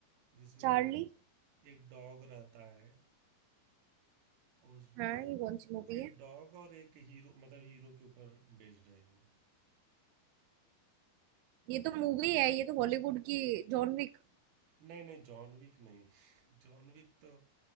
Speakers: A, on the right (about 70°); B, on the right (about 85°).
A: जिसमें
B: चार्ली
A: एक, एक डॉग रहता है उस
B: हाँ
A: डॉग
B: ये कौन सी मूवी
A: एक
B: है
A: डॉग और एक हीरो मतलब हीरो के ऊपर बेस्ड है वो
B: ये तो मूवी है ये तो हॉलीवुड की जॉन विक
A: नहीं, नहीं, जॉन विक नहीं। <laughs> जॉन विक तो